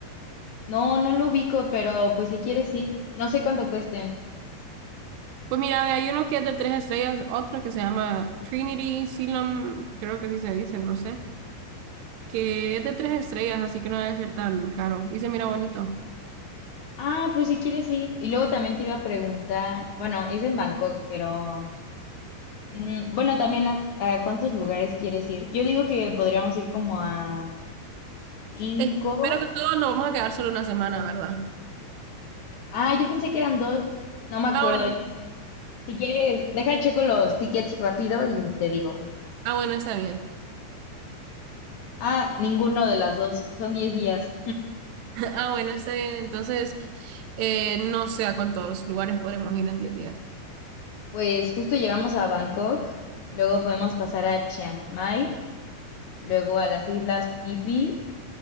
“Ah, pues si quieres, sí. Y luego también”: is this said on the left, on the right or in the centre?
Left